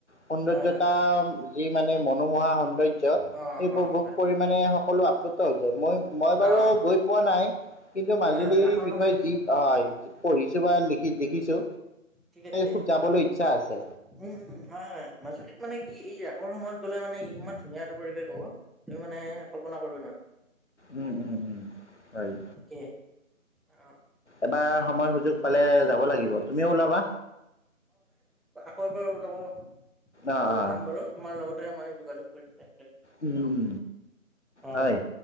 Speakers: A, on the left; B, in the centre.
A: সৌন্দৰ্য্যতা
B: হয় হয়
A: যি মানে মনোমোহা সৌন্দৰ্য্য
B: অ
A: সেই উপভোগ
B: অ হয়
A: কৰি
B: হয়
A: মানে সকলো আপ্লুত হৈ যায় মই -মই বাৰু
B: অ অ
A: গৈ পোৱা নাই কিন্তু মাজুলীৰ
B: হয় হয় ৰাসৰ
A: বিষয়ে
B: সময়ত
A: যি হয়, পঢ়িছো বা লিখি দেখিছো।
B: ঠিকে - ঠিকে,
A: খুব যাবলৈ ইচ্ছা আছে
B: উম-উম হয়-হয় মাজুলীক মানে কি এইয়া কৰ সময়ত গলে মানে ইমান ধুনীয়া এটা পৰিৱেশ হ'ব, তুমি মানে কল্পনা কৰিব নোৱাৰবা।
A: উম-উম-উম হয়।
B: একে অ',
A: এবাৰ সময় সুযোগ পালে যাব লাগিব তুমিও ওলাবা।
B: হয় বাৰু ওলাব অ'
A: অঁ অঁ
B: যাম বাৰু তোমাৰ লগতে মই যোগাযোগ কৰিম দে।
A: উম-উম
B: অ',
A: হয়,